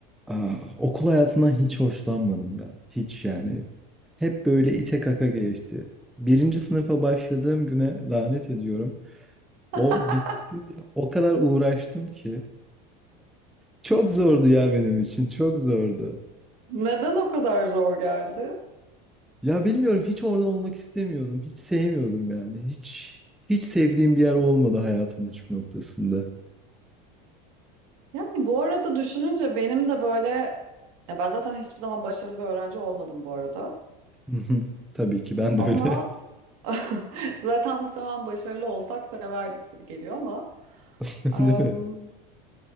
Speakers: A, in the centre; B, on the right (about 60°).
A: Ah, okul hayatından hiç hoşlanmadım ya. Hiç yani. Hep böyle ite kaka geçti. Birinci sınıfa başladığım güne lanet ediyorum.
B: <laughs>
A: O bitsin diye o kadar uğraştım ki. Çok zordu ya benim için. Çok zordu.
B: Neden o kadar zor geldi?
A: Ya bilmiyorum hiç orada olmak istemiyordum. Hiç sevmiyordum yani. Hiç hiç sevdiğim bir yer olmadı hayatımın hiçbir noktasında.
B: Yani bu arada düşününce benim de böyle ya ben zaten hiçbir zaman başarılı bir öğrenci olmadım bu arada.
A: Hı hı. Tabii ki ben
B: Ama
A: de öyle.
B: <laughs> zaten muhtemelen başarılı olsak severdik gibi geliyor ama
A: <laughs>
B: em,
A: Değil mi?